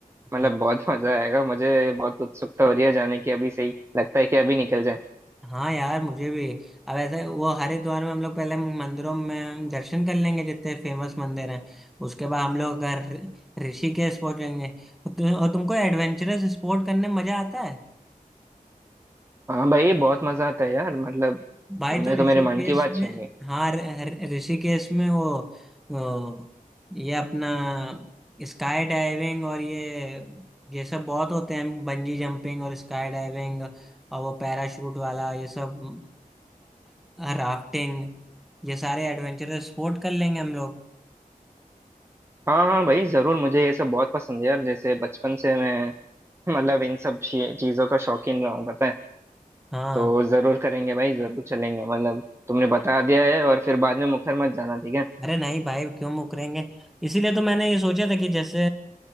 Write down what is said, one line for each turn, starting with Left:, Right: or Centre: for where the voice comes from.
Right: मतलब
Centre: हाँ।
Right: बहुत <laughs> मजा आएगा मुझे बहुत उत्सुकता हो रही है जाने की अभी से ही लगता है कि अभी निकल जाए
Centre: हाँ यार मुझे भी अब ऐसे वो हरिद्वार में हम लोग पहले मंदिरों में दर्शन कर लेंगे जितने फेमस मंदिर हैं उसके बाद हम लोग ऋ- ऋषिकेश पहुंचेंगे और तु, और तुमको एडवेंचरस स्पोर्ट करने में मजा आता है
Right: हाँ भाई बहुत मजा आता है यार मतलब
Centre: भाई
Right: तुमने
Centre: तो ऋषिकेश
Right: तो मेरे मन की बात
Centre: में
Right: छीन ली
Centre: हाँ र- र- ऋषिकेश में वो वो, ये अपना स्काई डाइविंग और ये ये सब बहुत होते हैं बंजी जंपिंग और स्काई डाइविंग और वो पैराशूट वाला ये सब राफ्टिंग ये सारे एडवेंचरस स्पोर्ट कर लेंगे हम लोग
Right: हाँ हाँ भाई जरूर मुझे ये सब बहुत पसंद है यार जैसे बचपन से मैं मतलब इन सब शी- चीजों का शौकीन रहा हूँ पता है
Centre: हाँ
Right: तो जरूर करेंगे भाई जरूर चलेंगे मतलब तुमने बता दिया है और फिर बाद में मुखर मत जाना ठीक है
Centre: अरे नहीं भाई क्यों मुकरेंगे इसीलिए तो मैंने ये सोचा था कि जैसे